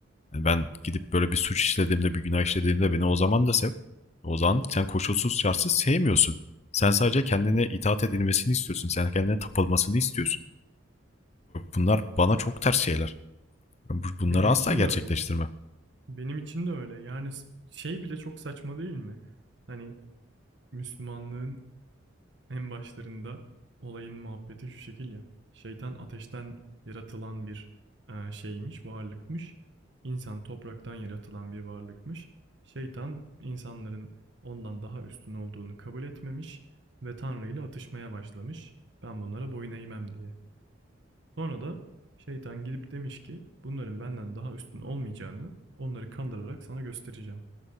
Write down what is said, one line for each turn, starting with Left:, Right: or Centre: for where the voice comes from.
Left: Yani ben gidip böyle bir suç işlediğimde, bir günah işlediğimde beni o zaman da sev. O zaman sen koşulsuz şartsız sevmiyorsun. Sen sadece kendine itaat edilmesini istiyorsun. Sen kendine tapılmasını istiyorsun. Bunlar bana çok ters şeyler. Bunları
Right: Benim
Left: asla
Right: için
Left: gerçekleştirmem.
Right: de öyle. Benim için de öyle. Yani şey bile çok saçma değil mi? Hani Müslümanlığın En başlarında olayın muhabbeti şu şekil ya. Şeytan ateşten yaratılan bir eee, şeymiş, varlıkmış. İnsan topraktan yaratılan bir varlıkmış. Şeytan insanların ondan daha üstün olduğunu kabul etmemiş ve Tanrı ile atışmaya başlamış. Ben bunlara boyun eğmem diye. Sonra da şeytan gidip demiş ki bunların benden daha üstün olmayacağını onları kandırarak sana göstereceğim.